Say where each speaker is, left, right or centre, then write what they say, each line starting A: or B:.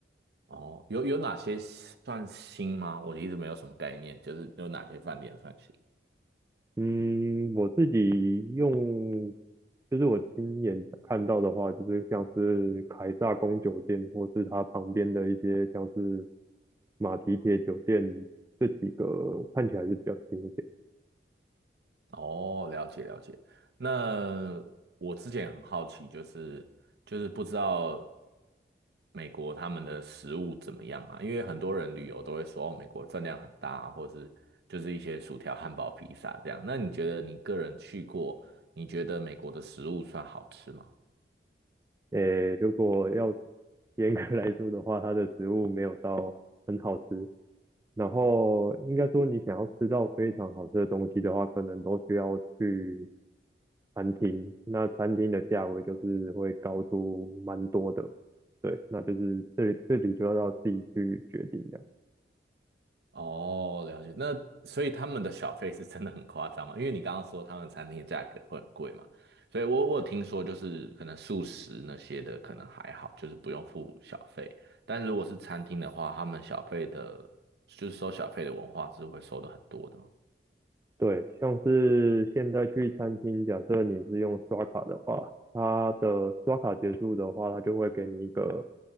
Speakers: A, on the right; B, on the right.
A: 哦，有有哪些算新吗？我一直没有什么概念，就是有哪些饭店算新。
B: 嗯，我自己用，就是我亲眼看到的话，就是像是凯撒宫酒店，或是它旁边的一些像是马蹄铁酒店，这几个看起来是比较新一点。
A: 哦，了解了解。那我之前很好奇，就是就是不知道美国他们的食物怎么样啊？因为很多人旅游都会说，哦，美国分量很大啊，或是就是一些薯条、汉堡、披萨这样。那你觉得你个人去过，你觉得美国的食物算好吃吗？
B: 诶，如果要严格来说的话，它的食物没有到很好吃。然后应该说，你想要吃到非常好吃的东西的话，可能都需要去餐厅。那餐厅的价位就是会高出蛮多的，对，那就是这里这里就要自己去决定的。
A: 哦，了解。那所以他们的小费是真的很夸张嘛？因为你刚刚说他们餐厅的价格会很贵嘛，所以我我有听说就是可能素食那些的可能还好，就是不用付小费。但如果是餐厅的话，他们小费的，就是收小费的文化是会收的很多的嘛。
B: 对，像是现在去餐厅，假设你是用刷卡的话，它的刷卡结束的话，它就会给你一个